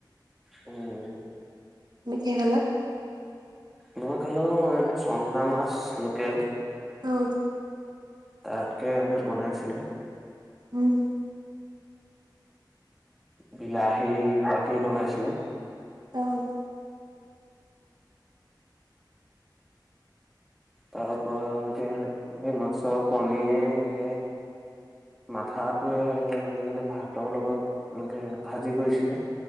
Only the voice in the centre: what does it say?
উম,
মই খালো এনেক চন্দা মাছ লোকেল
তাকে এনেকৈ বনাইছিলে
বিলাহী সতে বনাইছিলে
তাৰ পৰা এনেকে সেই মাছৰ কণীয়ে এনেকে মাথাাতোয়ে আৰু এনেকে মানে ভাতৰ লগত এনেকে ভাজি কৰিছিলে